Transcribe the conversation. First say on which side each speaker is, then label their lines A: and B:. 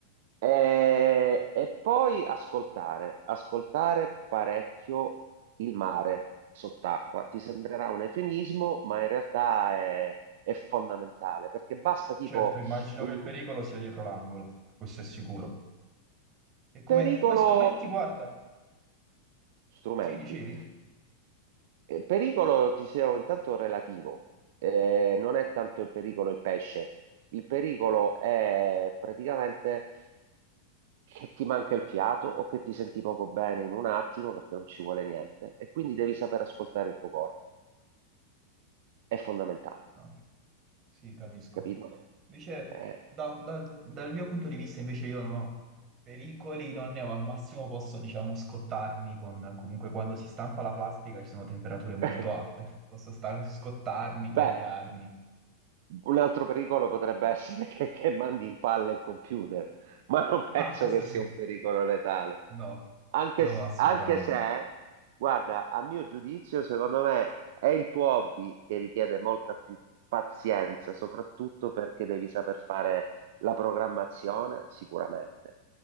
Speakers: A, on the right; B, on the right.
A: E, e poi ascoltare, ascoltare parecchio il mare sott'acqua. Ti sembrerà un eufemismo, ma in realtà è, è fondamentale perché basta tipo
B: Certo, immagino
A: un
B: che il pericolo sia dietro l'angolo, questo è sicuro. E come,
A: pericolo
B: e come strumenti, guarda,
A: strumenti.
B: Sì, dicevi?
A: Eh, Pericolo, dicevo, intanto relativo, Eh, non è tanto il pericolo il pesce, il pericolo è praticamente che ti manca il fiato o che ti senti poco bene in un attimo perché non ci vuole niente e quindi devi saper ascoltare il tuo corpo. È fondamentale,
B: Ah, sì, capisco.
A: capito?
B: Invece,
A: Eh.
B: da- dal, dal mio punto di vista, invece io non ho pericoli, non ne ho. Al massimo posso, diciamo, scottarmi con... Comunque, quando si stampa la plastica ci sono temperature molto
A: <laughs>
B: alte. Posso sta- scottarmi,
A: Beh,
B: tagliarmi.
A: Un altro pericolo potrebbe essere <laughs> che, che mandi in palle il computer, ma non penso
B: Ah, questo
A: che sia
B: sì.
A: un pericolo letale.
B: No,
A: Anche,
B: no,
A: s-
B: assolutamente.
A: anche se, guarda, a mio giudizio, secondo me è il tuo hobby che richiede molta più pazienza, soprattutto perché devi saper fare la programmazione, sicuramente,